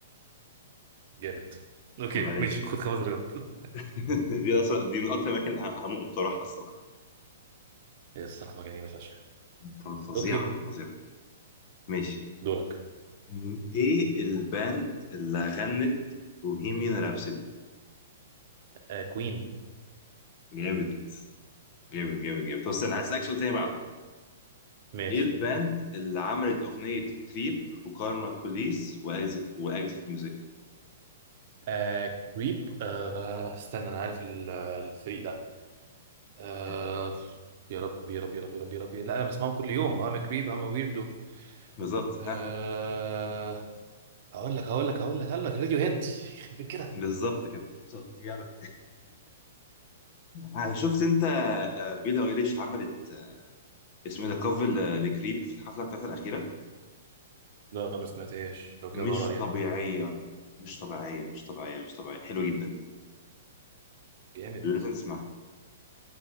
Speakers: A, on the right; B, on the left.
A: جامد اوكي
B: عيب عليك
A: ماشي خد خمس درجات <laughs>
B: <laughs> دي اصلا دي من اكتر الاماكن اللي هموت واروحها الصراحه
A: يا الصراحة مجال جامد فشخ
B: ف- فظيعه
A: اوكي
B: فظيعه ماشي
A: دورك
B: م- ايه الباند اللي غنت بوهيميان رابسودي
A: آه كوين
B: جامد جامد جامد جامد طب استنى هسألك سؤال تاني بعده
A: ماشي
B: ايه الباند اللي عملت اغنية كريب وكارما بوليس واكزيت واكزيت ميوزك
A: آه كريب آه استنى انا عارف ال- الفريق ده آه
B: ها،
A: يا رب يا رب يا رب يا رب يا رب لا انا بسمعهم كل يوم انا كريب انا ويردو
B: بالظبط
A: آه
B: ها
A: هقول لك هقول لك هقول لك هقول لك راديو هيد يخرب بيت كده
B: بالظبط كده بالظبط جدع آه، شفت انت آه، بيلي ايليش عملت آه، اسمه ايه ده كفر ل- لكريب في الحفلة بتاعتها الأخيرة
A: لا ما سمعتهاش لو كده
B: مش
A: ادور عليها
B: طبيعية مش طبيعية مش طبيعية مش طبيعية حلوة
A: مم.
B: جدا
A: جامد
B: لازم تسمعها